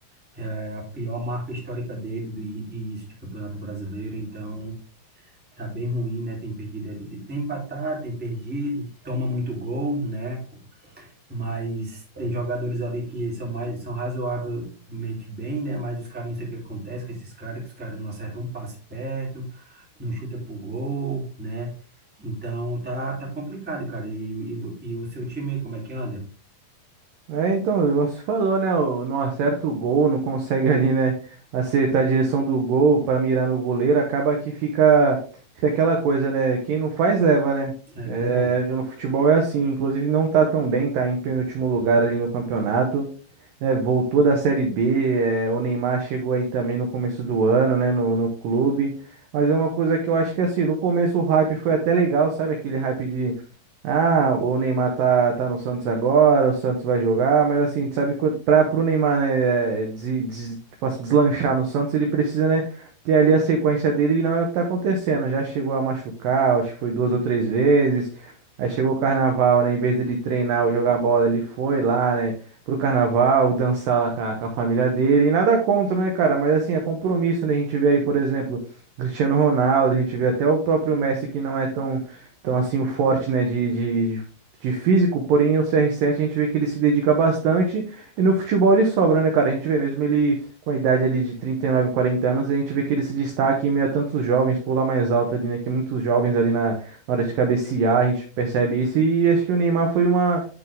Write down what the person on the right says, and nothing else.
É, então, igual você falou, né? o- Não acerta o gol, não consegue ali, né? Acertar a direção do gol para mirar no goleiro, acaba que fica, fica aquela coisa, né? Quem não faz, leva, né?
É,
no futebol é assim, inclusive não tá tão bem, tá em penúltimo lugar ali no campeonato, né? Voltou da Série B, é, o Neymar chegou aí também no começo do ano, né? No, no clube, mas é uma coisa que eu acho que assim, no começo o hype foi até legal, sabe? Aquele hype ah, o Neymar tá, tá no Santos agora, o Santos vai jogar, mas assim, tu sabe, que pra, pro Neymar, né, des, des- tipo assim, deslanchar no Santos, ele precisa, né, ter ali a sequência dele e não é o que tá acontecendo. Já chegou a machucar, acho que foi duas ou três vezes. Aí chegou o Carnaval, né, em vez dele treinar ou jogar bola, ele foi lá, né, pro Carnaval, dançar lá com a, com a família dele. E nada contra, né, cara, mas assim, é compromisso, né, a gente vê aí, por exemplo, Cristiano Ronaldo, a gente vê até o próprio Messi que não é tão então, assim, o forte, né, de, de, de físico, porém o CR7 a gente vê que ele se dedica bastante e no futebol ele sobra, né, cara? A gente vê mesmo ele com a idade ali de 39, 40 anos, a gente vê que ele se destaca em meio a tantos jovens, pula mais alto ali, né, que muitos jovens ali na, na hora de cabecear, a gente percebe isso e acho que o Neymar foi uma...